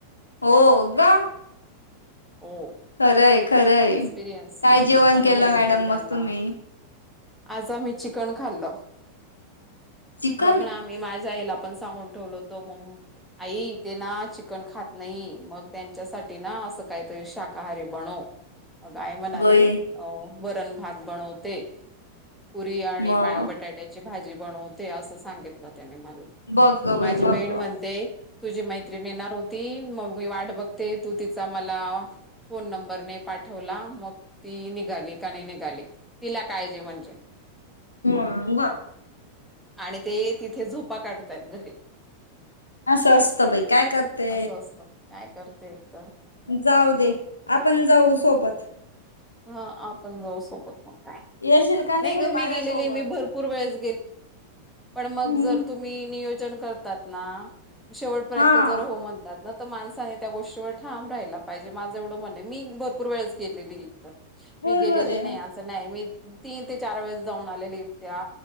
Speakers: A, on the left; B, in the centre.
A: हो का?
B: हो.
A: खरंय खरय
B: एक्सपिरियन्स
A: काय जेवण
B: अनुभव
A: केलं
B: येतील
A: मॅडम
B: त्यांना
A: मग तुम्ही
B: आज आ म्ी चिकन खाल्ल.
A: चिकन
B: बघण मी माझ्या याला पण सांगून ठेवलो होतो म आई ते ना चिकन खात नाही, मग त्यांच्यासाठी ना असं काहीतरी शाकाहारी बनव. अग आय म्हणाली
A: बई
B: अ वरण भात बनवते. पुरी आणि
A: मग
B: बटाट्याची भाजी बनवते असं सांगितलं. मला
A: बघ ग बाई
B: माझी
A: बघ
B: बहीण
A: ग
B: म्हणते तुझी मैत्री येणार होती. मग मी वाट बघते तू तिचा मला फोन नंबर नाही. पाठवला मग ती निघाली का नाही निघाली तिला कायजे म्हणजे
A: ह बर
B: आणि ते तिथे झोपा काढतय घरी
A: असं असतं बाई काय करते.
B: असं असतं काय करते एक तर
A: जाऊ दे आपण जाऊ सोबत
B: हा आपण जाऊ सोबत म काय
A: येशील का
B: नाही
A: बाई
B: ग मी
A: माझ्यासोबत
B: गेलेली मी भरपूर वेळेस णर
A: हम्म
B: तुम्ही नियोजन करणार ना शेवट पर
A: हा
B: जर हो म्हणतात. न तर माणसाने त्या गोष्टीवर ठाम राहायला पाहिजे माझं एवढं म्हण मी भरपूर वेळच केलेली. तर
A: बरोबर
B: मी गेलेली
A: आहे
B: नाही असं नाही मी तीन ते चार वेळेस जाऊन आलेली. त्या